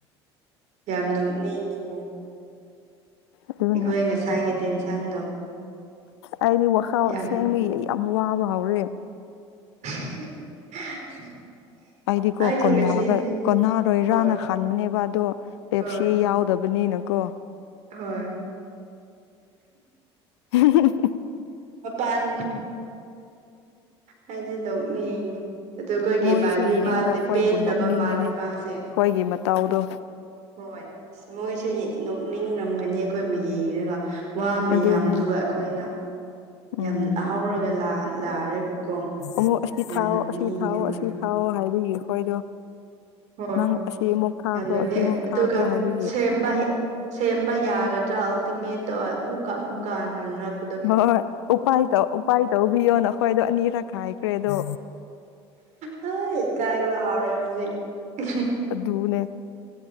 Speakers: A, on the right; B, on the left.
A: ꯌꯥꯝ ꯅꯣꯛꯅꯤꯡꯉꯤꯀꯣ꯫
B: ꯑꯗꯨꯅꯦ
A: ꯑꯩꯈꯣꯏ ꯉꯁꯥꯏꯒꯤ ꯇꯦꯟꯁꯟꯗꯣ꯫
B: ꯑꯩꯗꯤ ꯋꯥꯈꯜ
A: ꯌꯥꯝꯅ
B: ꯁꯦꯡꯕꯒꯤ ꯌꯥꯝ ꯋꯥꯕ ꯍꯧꯔꯦ꯫
A: <unintelligible>
B: ꯑꯩꯗꯤꯀꯣ
A: ꯑꯩꯁꯨ
B: ꯀꯣꯟꯒ
A: ꯉꯁꯤꯁꯦ
B: ꯀꯣꯟꯅꯥꯔꯣꯏꯔꯥꯅ
A: ꯍꯣꯏ
B: ꯈꯟꯕꯅꯦꯕ ꯑꯗꯣ꯫ ꯄꯦꯞꯁꯤ
A: ꯍꯣꯏ
B: ꯌꯥꯎꯗꯕꯅꯤꯅꯀꯣ꯫
A: ꯍꯣꯏ꯫
B: ꯍꯨꯝ ꯍꯨꯝ
A: ꯃꯄꯥꯟ ꯑꯩꯗꯤ ꯅꯣꯛꯅꯤꯡꯉꯤ꯫ ꯑꯗꯨ ꯑꯩꯈꯣꯏꯒꯤ
B: ꯃꯣꯏꯁꯨ
A: ꯏꯃꯥꯟꯅꯕꯤ
B: ꯌꯦꯡꯉꯒ
A: ꯃꯥꯗꯤ
B: ꯑꯩꯈꯣꯏꯕꯨ
A: ꯄꯦꯟꯗꯕ
B: ꯅꯣꯛꯅꯤꯡꯒꯅꯤ
A: ꯃꯥꯜꯂꯦ ꯃꯥꯁꯦ
B: ꯑꯩꯈꯣꯏꯒꯤ ꯃꯇꯧꯗꯣ
A: ꯍꯣꯏ ꯑꯁ ꯃꯣꯏꯁꯨ ꯌꯦ ꯅꯣꯛꯅꯤꯡꯔꯝꯒꯅꯤ ꯑꯩꯈꯣꯏꯕꯨ ꯌꯦꯡꯔꯒ ꯋꯥ ꯃꯌꯥꯝꯗꯨꯒ
B: ꯑꯗꯨꯅꯦ
A: ꯑꯩꯈꯣꯏꯅ
B: ꯎꯝ
A: ꯌꯥꯝ ꯑꯍꯥꯎꯔꯒ ꯂꯥ ꯂꯥꯛꯔꯒ ꯀꯣ
B: ꯑꯃꯨꯛ ꯑꯁꯤ
A: ꯌꯥꯝ
B: ꯊꯥꯎꯑꯣ
A: ꯅꯣꯛꯅꯤꯡꯉꯦ
B: ꯑꯁꯤ ꯊꯥꯎꯑꯣ
A: ꯑꯩꯈꯣꯏꯅ
B: ꯑꯁꯤ ꯊꯥꯎꯑꯣ ꯍꯥꯏꯕꯒꯤ ꯑꯩꯈꯣꯏꯗꯣ
A: ꯍꯣꯏ
B: ꯅꯪ ꯑꯁꯤ ꯑꯃꯨꯛ ꯊꯥꯈ꯭ꯔꯣ
A: ꯌꯥꯝꯅ
B: ꯑꯁꯤ ꯑꯃꯨꯛ
A: ꯑꯗꯨꯒ
B: ꯊꯥꯈ꯭ꯔꯣ ꯍꯥꯏꯕꯒꯤ
A: ꯁꯦꯝꯕ ꯁꯦꯝꯕ ꯌꯥꯒꯗ꯭ꯔꯥ ꯑꯜꯇꯤꯃꯦꯠꯇꯣ ꯑꯃꯨꯛꯀ ꯑꯃꯨꯛꯀ ꯉꯥꯡꯔꯒ
B: ꯍꯣꯏ ꯎꯄꯥꯏ ꯎꯄꯥꯏ ꯇꯧꯕꯤꯌꯣꯅ ꯈꯣꯏꯗ ꯑꯅꯤꯔꯛ ꯈꯥꯏꯈ꯭ꯔꯦ ꯑꯗꯣ
A: ꯍꯣꯏ ꯀꯥꯏꯕ ꯍꯥꯎꯔꯦ ꯍꯧꯖꯤꯛ꯫
B: ꯑꯗꯨꯅꯦ